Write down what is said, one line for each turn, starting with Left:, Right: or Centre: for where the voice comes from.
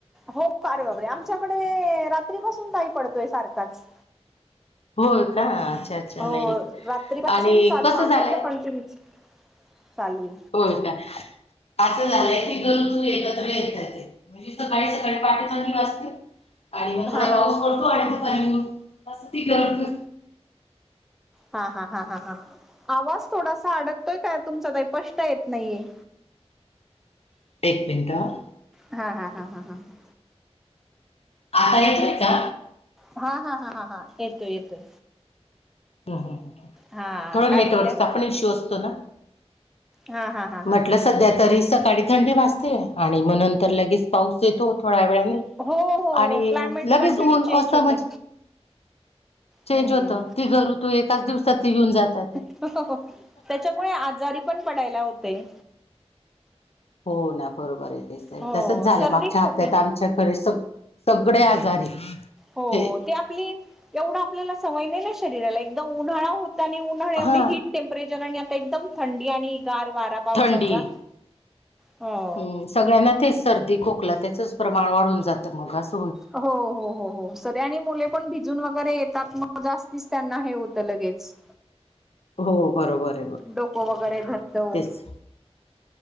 Centre: हो का? अरे बाप रे! आमच्याकडे रात्रीपासून ताई पडतोय सारखाच.
Left: होय का? अच्छा
Centre: हो.
Left: नाही
Centre: रात्रीपासून
Left: आणि
Centre: चालू
Left: कसं
Centre: आहे
Left: झालंय
Centre: त कंटिन्यूच चालूय.
Left: होय का? असं झालंय की गरजू एकत्र येताय. म्हणजे सकाळी सकाळी पहाटे थंडी वाजते. आणि मग
Centre: हा
Left: थोडा
Centre: हा
Left: पाऊस
Centre: हा
Left: पडतो आणि म दुपारी ऊन - जास्ती गर-
Centre: हा. हा. हा. हा. हा. आवाज थोडासा अडकतोय काय तुमचा ताई? स्पष्ट येत नाहीये.
Left: एक मिनटं हं.
Centre: हा. हा. हा. हा. हा. ह.
Left: आता येतोय का?
Centre: हा. हा. हा. हा. हा. येतोय येतोय.
Left: हो. हो. हो. हो.
Centre: हा
Left: हो.
Centre: काय
Left: नेटवर्कचा
Centre: बोलल्या
Left: पण इश्यू असतो ना?
Centre: हा हा हा हा
Left: म्हटलं
Centre: हा
Left: सध्या- तरी सकाळी थंडी वाजते आणि मग नंतर लगेच पाऊस येतो थोड्या वेळाने.
Centre: हो हो हो
Left: आणि
Centre: क्लायमेट
Left: लगेच
Centre: कंटिन्यू
Left: ऊन.
Centre: चेंज
Left: अस म्हणजे
Centre: होतय
Left: - चेंज
Centre: हम्म
Left: होत. तीघ ऋतू एकाच दिवसात येऊन जातात ए.
Centre: त्याच्यामुळे आजारी पण पडायला होतय.
Left: हो ना. बरोबर आहे. ते
Centre: हो
Left: तसंच झालं
Centre: सर्दी
Left: मागच्या
Centre: खोकी
Left: हप्त्यात आमच्याकडे सग- सगळे आजारी.
Centre: हो
Left: हे
Centre: ते आपली, एवढं आपल्याला सवय नाही ना शरीराला? एकदम उन्हाळा हो- त आणि उन्हाळ्या एवढी
Left: हा
Centre: हीट टेम्परेचर आणि आता एकदम थंडी आणि गार वारा. पावसाचा
Left: थंडी.
Centre: हो
Left: हम्म. सगळ्यांना तेच सर्दी खोकला त्याचंच प्रमाण वाढून जातं मग अस.
Centre: हो. हो. हो. हो. तरी आणि मुले पण भिजून वगैरे येतात म जास्तीच त्यांना हे होत लगेच.
Left: हो बरोबर आहे बघ
Centre: डोक वगैरे धरतं.
Left: तेच.